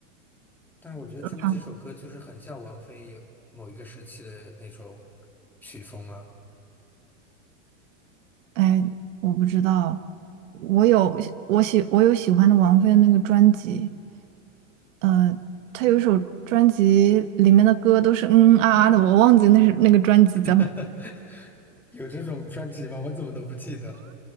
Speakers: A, in the centre; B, on the right.
A: <laughs> 但是我觉得《朱意》这首歌就是很像王菲有某一个时期的那种
B: 唱
A: 曲风啊，
B: 哎，我不知道，我有我喜我有喜欢的王菲的那个专辑，呃他有一首专辑里面的歌都是嗯嗯啊啊的，我忘记那是那个专辑叫。
A: <laughs> 有这种专辑吗？我怎么都不记得。